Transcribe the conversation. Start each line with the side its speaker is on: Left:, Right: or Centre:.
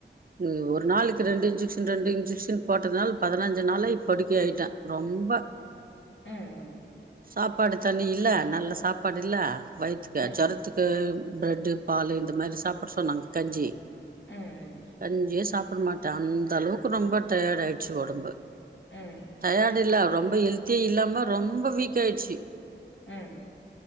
Right: ம் ஒரு நாளைக்கு ரெண்டு இன்ஜெக்ஷன் ரெண்டு இன்ஜென்க்ஷன் போட்டதுனால பதினஞ்சு நாளப் படுக்க ஆயிட்டேன் ரொம்ப
Left: ம்
Right: சாப் பாடு தண்ணி இல்ல நல்ல சாப்பாடு இல்ல வயத்துக்கு
Left: ம்
Right: ஜோரத்துக்கு பிரெட்டு பாலு இந்த மாரி சாப்ட சொன்னங்க கஞ்சி
Left: ம்
Right: கஞ்சியே சாப்ட மாட் த அந்த அளவுக்கு ரொம்ப டயடு ஆயிடுச்சு ஒடம்பு
Left: ம்
Right: டயாடில்ல ரொம் ம்ப ஹெல்த்தியே இல்லாம ரொம்ப வீக் ஆயிடுச்சு
Left: ம்